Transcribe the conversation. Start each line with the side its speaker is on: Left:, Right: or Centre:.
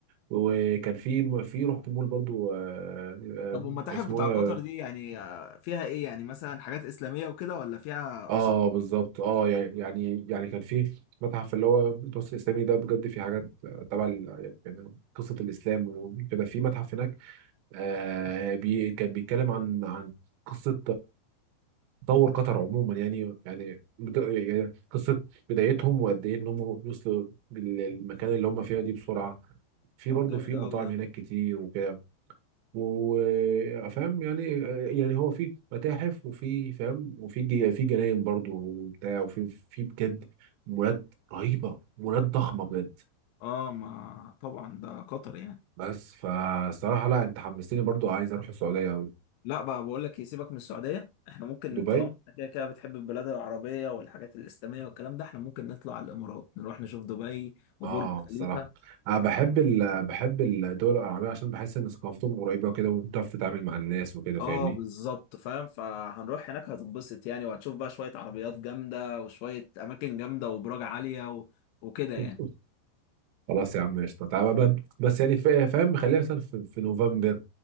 Right: وكان في في رحت مول برضو آه،
Left: طب والمتاحف
Right: آه، اسمه
Left: بتاع
Right: ايه
Left: قطر دي يعني آه، فيها ايه يعني مثلا حاجات اسلاميه وكده ولا فيها
Right: اه
Left: اثار
Right: بالظبط اه يعني يعني كان في متحف اللي هو المتوسط الاسلامي ده بجد في حاجات تبع ال- يعني قصه الاسلام وكده في متحف هناك آه بي كان بيتكلم عن عن قصه تطور قطر عموما يعني يعني بت... يعني قصه بدايتهم وقد ايه ان هم وصلوا للمكان اللي هم فيها دي بسرعه في
Left: طب
Right: برضه
Left: جامد
Right: في
Left: قوي
Right: مطاعم
Left: ده
Right: هناك كتير وكده وفاهم يعني يعني هو في متاحف وفي فاهم وفي جي... في جناين برضه وبتاع وفي في بجد مولات رهيبه مولات ضخمه بجد
Left: اه ما طبعا ده قطر يعني
Right: بس فالصراحه لا انت حمستني برضه عايز اروح السعوديه قوي
Left: لا بقى بقول لك يسيبك من السعودية احنا ممكن
Right: دبي
Left: طالما إحنا كده كده بتحب البلاد العربية والحاجات الإسلامية والكلام ده احنا ممكن نطلع على الإمارات نروح نشوف دبي وبرج
Right: اه
Left: خليفة
Right: الصراحه انا بحب ال... بحب الدول العربيه عشان بحس ان ثقافتهم قريبه كده وبتعرف تتعامل مع الناس وكده فاهمني
Left: اه بالظبط فاهم فهنروح هناك هتتبسط يعني وهتشوف بقى شوية عربيات جامدة وشوية أماكن جامدة وبراج عالية و... وكده يعني
Right: <laughs> خلاص يا عم قشطه تعالى بقى بس يعني فا- فاهم خلينا مثلا في... في نوفمبر